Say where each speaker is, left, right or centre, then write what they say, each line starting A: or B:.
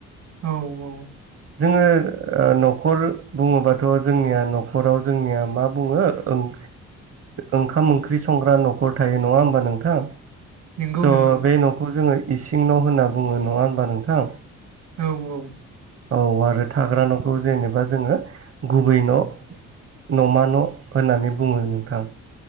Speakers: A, on the right; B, on the right.
A: औ औ
B: जोङो न'खर बुङोबाथ' जोंनिया न'खराव जोंनिया मा बुङो ओं ओंखाम ओंख्रि संग्रा न'खर थायो नङा होमबा नोंथां
A: नंगौ
B: स'
A: नंगौ
B: बे न'खौ जोङो इसिं न' होनना बुङो नङा होमबा नोंथां?
A: औ औ
B: औ आरो थाग्रा न'खौ जेनेबा जोङो गुबै न' न'मा न' होननानै बुङो नोंथां।